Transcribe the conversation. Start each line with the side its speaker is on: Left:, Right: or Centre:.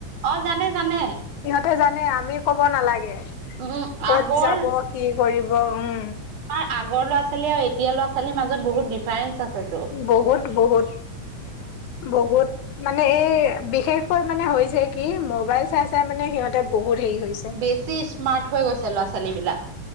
Right: অ জানে জানে।
Left: ইহতে জানে আমি কব নালাগে।
Right: উম
Left: কত
Right: আগৰ
Left: যাব কি কৰিব উম।
Right: আই আগৰ ল'ৰা ছোৱালী আৰু এতিয়া ল'ৰা ছোৱালীৰ মাজত বহুত ডিফাৰেন্ঞ্চ আছেতো
Left: বহুত বহুত বহুত মানে এই বিশেষকৈ মানে হৈছে কি মবাইল চাই চাই মানে সিহঁতে বহুত হেৰি হৈ।
Right: বেছি স্মাৰ্ট হৈ গৈছে ল'ৰা ছোৱালী বিলাক।